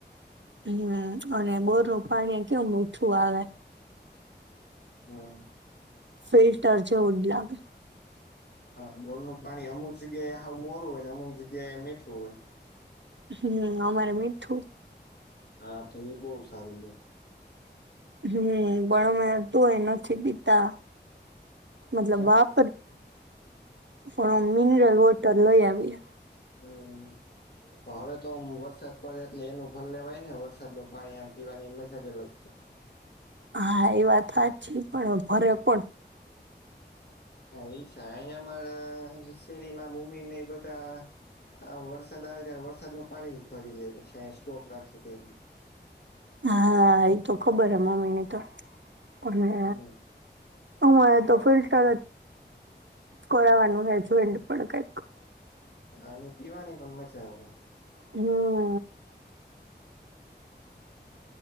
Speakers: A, on the right (about 85°); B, on the left (about 65°).
A: હમ અને બોર નું પાણી કેવુ મીઠું આવે.
B: હમ્મ
A: ફિલ્ટર જેવું જ લાગે
B: હા બોર નું પાણી અમુક જગ્યાએ મોરું હોય ને અમુક જગ્યાએ એ મીઠું હોય.
A: હમ અમારે મીઠું
B: હા તો એ બહુ સારું છે
A: હમ પણ અમે તું એ નથી પીતા મતલબ
B: કેમ
A: વાપ પણ મિનરલ વોટર લઈ આવીએ
B: હમ્મ હવે તો વરસાદ પડે એટલે એનું ભર લેવાય ને વરસાદનું પાણી આમ પીવાની મજા જ અલગ છે.
A: હા એ વાત હાચી પણ ભરે કોણ?
B: હા ઈ છે અહીયામારા શેરીમાં મમ્મી ને ઈ બધા આ વરસાદ આવે ત્યારે વરસાદનું પાણી જ ભરી લે પછી આઇયા સ્ટોક રાખે દે એમની
A: હા ઈ તો ખબર હે મમ્મી ની તો <unintelligible>
B: હમ્મ
A: અમારે તો ફિલ્ટરજ કરાવાનું હે જોઇન્ડ પણ કઈક
B: આણી પીવાની પણ મજા આવે
A: હમ્મ.